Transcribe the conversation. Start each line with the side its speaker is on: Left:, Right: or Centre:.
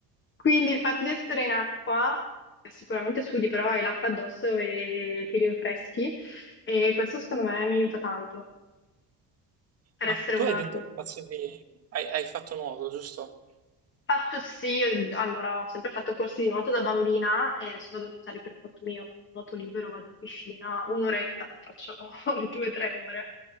Left: Quindi il fatto di essere in acqua, eh, sicuramente sudi, però hai l'acqua addosso e ti rinfreschi e questo secondo me mi aiuta tanto per
Right: Ma
Left: essere
Right: tu
Left: una
Right: hai detto
Left: acqua.
Right: che facevi, hai, hai fatto nuoto, giusto?
Left: Faccio sì, eh, allora ho sempre fatto corsi di nuoto da bambina e adesso vado a nuotare per conto mio, nuoto libero, vado in piscina un'oretta, non faccio <laughs> le due o tre ore,